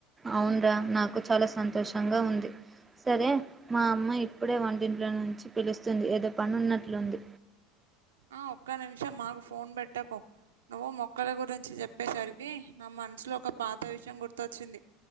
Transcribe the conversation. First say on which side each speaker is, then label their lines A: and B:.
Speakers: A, on the right (about 15°); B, on the right (about 85°).
A: అవున్రా నాకు చాలా సంతోషంగా ఉంది సరే మా అమ్మ ఇప్పుడే వంటింట్లో నుంచి పిలుస్తుంది ఏదో పని ఉన్నట్లుంది
B: ఆ ఒక్క నిమిషం ఆగు ఫోన్ పెట్టకు నువ్వు మొక్కల గురించి చెప్పేసరికి నా మనసులో ఒక పాత విషయం గుర్తొచ్చింది